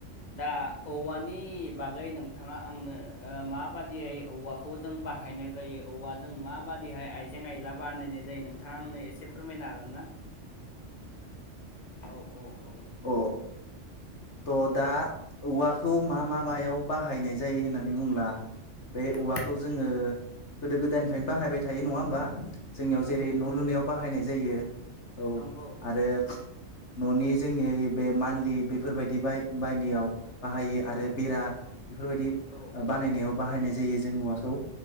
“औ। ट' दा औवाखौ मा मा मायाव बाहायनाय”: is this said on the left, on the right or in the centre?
Left